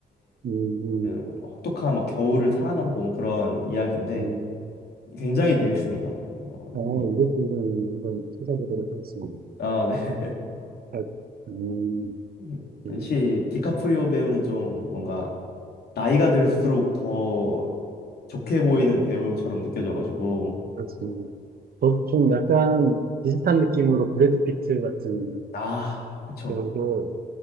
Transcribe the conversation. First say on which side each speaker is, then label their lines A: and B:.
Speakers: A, on the right; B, on the left.
A: 음, 음.
B: 그 혹독한 막 겨울을 살아남고 뭐 그런 이야기인데
A: 음.
B: 굉장히 재밌습니다. 어, 이-
A: 어, 이것도 이 한번 찾아보도록 하겠습니다.
B: 아, 네.
A: 아, 음,
B: <laughs>
A: 음,
B: 역시 디카프리오 배우는 좀 뭔가 나이가 들수록 더 좋게 보이는 배우처럼 느껴져가지고
A: 그렇습니다. 저- 좀 약간 비슷한 느낌으로 브래드 피트 같은
B: 아, 그쵸.
A: 배우도